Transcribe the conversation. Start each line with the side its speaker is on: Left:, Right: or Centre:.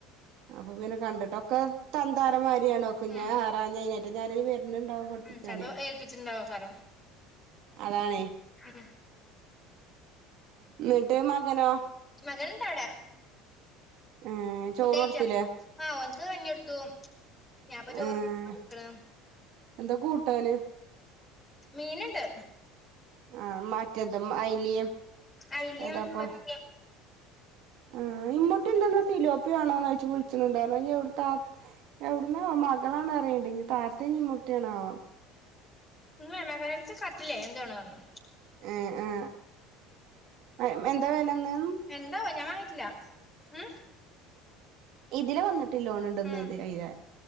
Right: ഇങ്ങന കണ്ടിട്ടൊക്കെ തന്താരമാരിയാണോക്ക
Left: ഉം
Right: ഞാ ഹാരാഞ്ഞേ നെ എന്നാല് വെ പിന്നുണ്ടാവും പൊടിപ്പിച്ചാണ്
Left: ഉം ചെലപ്പോ ഏൽപ്പിച്ചിട്ടുണ്ടാവക്കാരം
Right: അതാണേ
Left: ഉം
Right: എന്നിട്ട് മകനോ
Left: മകനുണ്ടവിടെ
Right: ഏ
Left: ഫുഡ്ഴിച്ച
Right: ചോറ് കൊടുത്തില്ലേ
Left: ആ ഓൻക്ക് കഞ്ഞി കൊടുത്തു ഞാൻപ്പ ചോറ്കോടുക്കണ്
Right: ഏ എന്താ കൂട്ടാന്
Left: മീന്ണ്ട്
Right: ആഹ് മാറ്റേത് അയില്
Left: അയിലയും
Right: ഏതാപ്പൊ
Left: മത്തിയും
Right: ആ ഇമ്മുട്ടി ഉണ്ട് ഇന്ന് തിലോ ആണോന്ന് ചോയിച്ച് വിളിച്ച്ണ്ണ്ട് ഇനിയുടുത്തപ്പോ എവിടനാവോ മളാണ് പറയിണ്ട് ഞ് താത്തെ ഞ് ഉമ്മു റ്റണാ വോ
Left: ഉമ്മാ മയമകന്റട്ത് കട്ടില്ലേ എന്തണന്ന് പറഞ്ഞു
Right: ആ ആ ആ എന്താ വേലന്ന്
Left: എന്താവോ ഞാൻ വാങ്ങിട്ടില്ല ഉം
Right: ഇതില് വന്നി ലോൺ ഉണ്ട
Left: ഉം
Right: അയിലെ